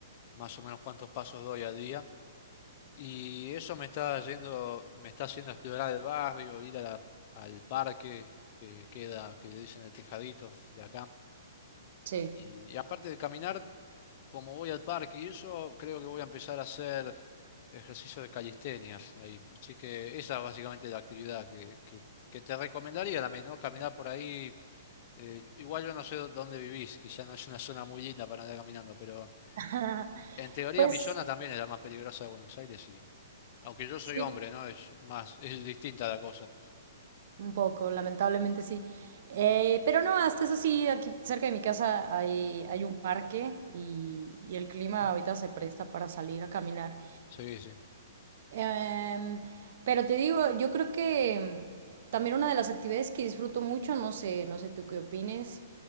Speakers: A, on the left; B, on the right.
A: más o menos cuántos pasos doy al día. Y eso me está yendo, me está haciendo explorar el barrio, ir a la- al parque que queda, que le dicen el Tejadito de acá.
B: Sí.
A: Y, y aparte de caminar, como voy al parque y eso, creo que voy a empezar a hacer ejercicio de calistenia ahí. Así que esa es básicamente la actividad que, que, que te recomendaría también, ¿no? Caminar por ahí. eh, igual yo no sé dó- dónde vivís, quizá no es una zona muy linda para andar caminando, pero
B: <laughs>
A: en teoría
B: Pues
A: mi zona también es la más peligrosa de Buenos Aires y aunque yo
B: sí.
A: soy hombre, ¿no? Es más, es distinta la cosa.
B: Un poco, lamentablemente sí. Eh, pero no, hasta eso sí, aquí cerca de mi casa hay, hay un parque y, y el clima ahorita se presta para salir a caminar.
A: Sí, sí.
B: Em, pero te digo, yo creo que también una de las actividades que disfruto mucho, no sé, no sé tú qué opines,